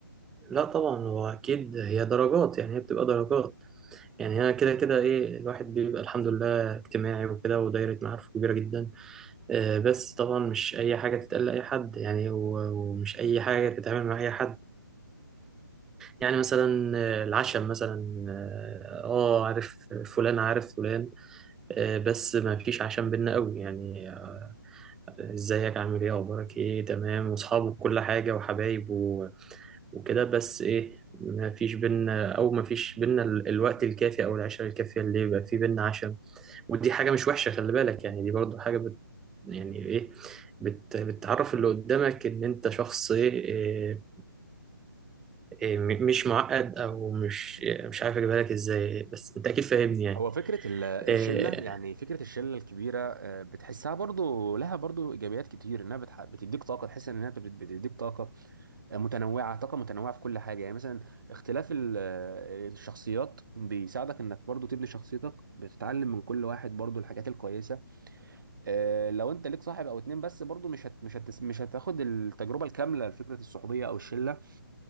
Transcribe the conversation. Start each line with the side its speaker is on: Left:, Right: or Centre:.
Centre: لا طبعا هو اكيد هي درجات يعني هي بتبقى درجات يعني انا كده كده ايه الواحد بيبقى الحمد لله اجتماعي وكده ودايره معارفه كبيره جدا آه، بس طبعا مش اي حاجه تتقال لاي حد يعني و- ومش اي حاجه تتعامل مع اي حد يعني مثلا آه، العشم مثلا اه آه، عارف فلان عارف فلان آه، بس ما فيش عشم بينا قوي يعني آه، ازيك عامل ايه اخبارك ايه تمام واصحابه كل حاجه وحبايب وكده بس ايه ما فيش بينا او ما فيش بينا ال- الوقت الكافي او العشرة الكافية اللي يبقى في بينا عشم ودي حاجة مش وحشة خلي بالك يعني دي برضو حاجة بت يعني ايه بت بتعرف اللي قدامك ان انت شخص ايه, إيه, إيه م- مش معقد او مش إيه مش عارف اجيبها لك ازاي بس انت اكيد فاهمني يعني
Right: هو فكرة ال- الشلة
Centre: إيه
Right: يعني فكرة الشلة الكبيرة آه، بتحسها برضو لها برضو إيجابيات كتير إنها بتح- بتديك طاقة تحس إنها بت- بتديك طاقة آه، متنوعة طاقة متنوعة في كل حاجة يعني مثلا اختلاف ال- آه، الشخصيات بيساعدك إنك برضو تبني شخصيتك بتتعلم من كل واحد برضو الحاجات الكويسة آه، لو أنت ليك صاحب أو اتنين بس برضو مش هت مش هت مش هتاخد التجربة الكاملة لفكرة الصحوبية أو الشلة